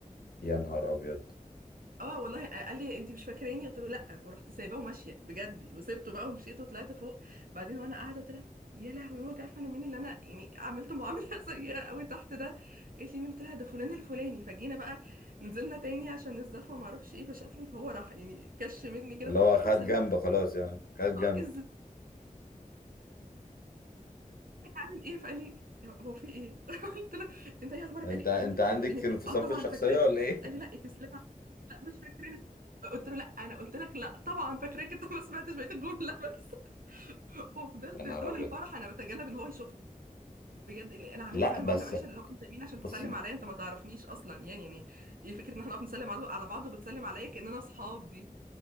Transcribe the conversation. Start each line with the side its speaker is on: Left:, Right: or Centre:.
Left: يا نهار ابيض
Right: اه والله آه، قال لي انت مش فاكراني قلت له لا ورحت سايباه وماشيه بجد وسبته بقى ومشيت وطلعت فوق بعدين وانا قاعده قلت لها يا لهوي ما انت عارفه انا مين اللي انا يعني عملت معامله <laughs> سيئه قوي تحت ده قالت لي مين قلت لها ده فلان الفلاني فجينا بقى نزلنا تاني عشان الزفه وما اعرفش ايه فشافني فهو راح يعني كش مني كده
Left: اللي
Right: فرحت
Left: هو
Right: رايحه
Left: خد
Right: مسلمه
Left: جنب
Right: عليه.
Left: خلاص يعني خد جنب
Right: اه ازاي هعمل ايه فقال لي هو في ايه <laughs> قلت له انت ايه اخبارك
Left: انت
Right: قال لي
Left: انت
Right: هو انت افتكرتيني
Left: عندك
Right: قلت
Left: انفصام
Right: له اه طبعا
Left: في الشخصية
Right: فاكراك
Left: ولا ايه؟
Right: قال لي لا انت مسلمه على- لا مش فاكرينك قلت له لا انا قلت لك لا طبعا فاكراك انت ما سمعتش بقيه الجمله بس <laughs> وفضلت
Left: <laughs> يا نهار
Right: طول
Left: ابيض
Right: الفرح انا بتجنب ان هو يشوفني بجد اللي انا عملته
Left: لا
Right: فعلا
Left: بس
Right: معامله وحشه اللي هو انت مين عشان تسلم
Left: بصي
Right: عليا انت ما تعرفنيش اصلا يعني يعني ايه فكره ان احنا نقف نسلم على على بعض وبتسلم عليا كاننا اصحاب دي